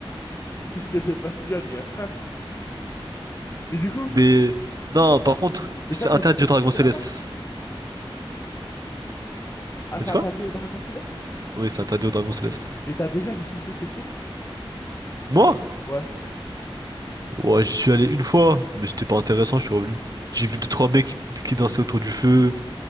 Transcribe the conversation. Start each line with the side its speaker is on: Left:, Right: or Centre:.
Left: <laughs> je te fais pas si bien dire. <laughs> Mais du coup,
Right: Mais. Non, par contre,
Left: mais
Right: c'est
Left: toi, t'as
Right: interdit
Left: déjà
Right: aux
Left: visité
Right: dragons célestes.
Left: là-bas? Ah,
Right: T'as
Left: c'est
Right: dit
Left: interdit
Right: quoi?
Left: au Dragon Céleste?
Right: Oui, c'est interdit aux dragons célestes.
Left: Ok. Mais t'as déjà visité cette île?
Right: Moi?
Left: Ouais.
Right: Ouais, j'y suis allé une fois, mais c'était pas intéressant,
Left: Ok.
Right: je suis revenu. J'ai vu deux, trois mecs qui qui dansaient autour du feu.